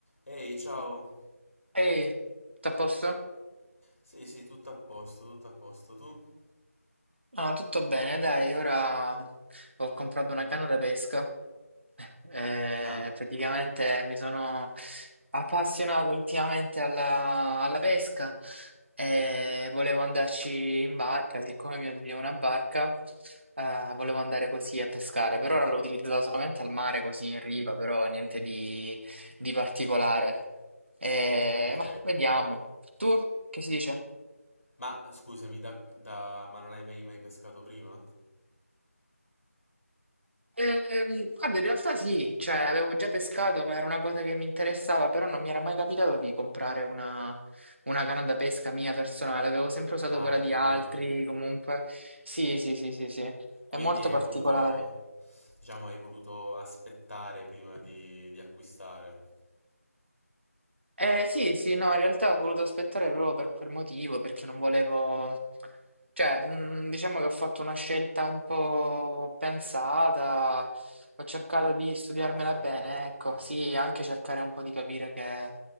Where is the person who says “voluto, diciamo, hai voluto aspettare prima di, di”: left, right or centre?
Left